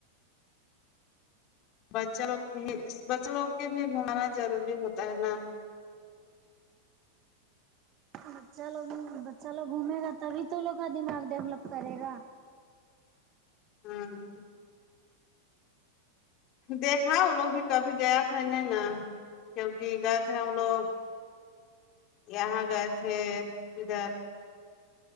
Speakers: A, on the left (about 45°); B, on the right (about 40°).
A: بچے لوگ بھی بچے لوگ کے بھی گھانا ضروری ہوتا ہے نا
B: بچہ لوگ بچہ لوگ گھومے گا تبھی تو ان لوگوں کا دماغ ڈیولپ کرے گا
A: ہوں دیکھا وہ لوگ بھی کبھی گیا تھا نہیں نا کیونکہ گئے تھے ہم لوگ یہاں گئے تھے ادھر